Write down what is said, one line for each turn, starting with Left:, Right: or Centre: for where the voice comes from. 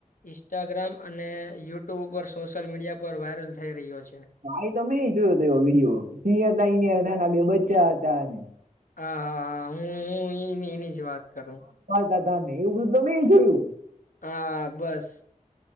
Left: ઇન્સ્ટાગ્રામ અને યુટ્યુબ ઉપર સોશિયલ મીડિયા પર વાયરલ થઈ રહ્યો છે.
Right: ભાઈ અમેઈ જોયો હતો એ વિડિયો સિંહ હતા ના બે બચ્ચા હતા ને
Left: હા હા હું હું એની જ વાત કરું
Right: દાદા ને એવું બધું મે જોયું
Left: હા બસ.